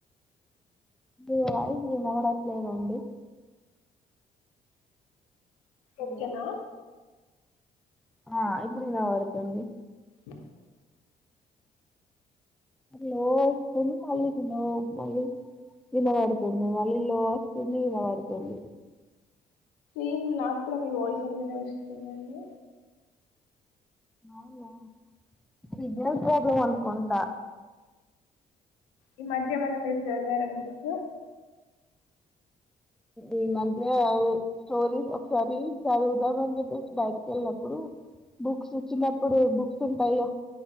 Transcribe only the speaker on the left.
ఓకేనా
అ
ఏం నాకు కూడా మీ వాయిస్ అట్లానే వస్తుందండి
ఈ మధ్య ఏమన్నా మీరు చదివారా బుక్స్